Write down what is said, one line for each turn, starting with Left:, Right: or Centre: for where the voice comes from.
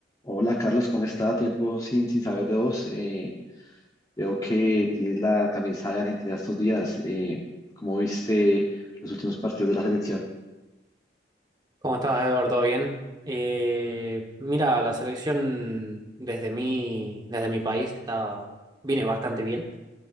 Left: Hola Carlos, ¿cómo está? Tiempo sin, sin saber de vos. Eh, veo que tienes la camisa de Argentina estos días. Eh, ¿cómo viste los últimos partidos de la selección?
Right: ¿Cómo estás, Eduardo? ¿Todo bien? Eh, mira, la selección desde mi, desde mi país está, viene bastante bien.